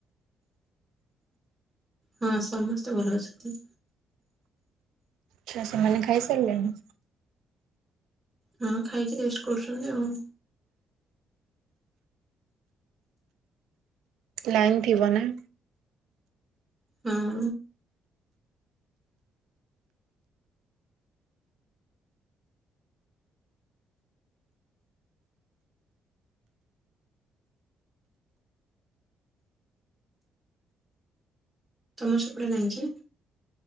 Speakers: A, on the right; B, on the right.
A: ହଁ ସମସ୍ତେ ଭଲ ଅଛନ୍ତି।
B: ଆଛା ସେମାନେ ଖାଇସାରିଲେଣି?
A: ହଁ ଖାଇକି ରେଷ୍ଟ କରୁଛନ୍ତି ଆଉ
B: ଲାଇନ୍ ଥିବ ନା?
A: ହଁ। ତମ ସେପଟେ ନାହିଁ କି?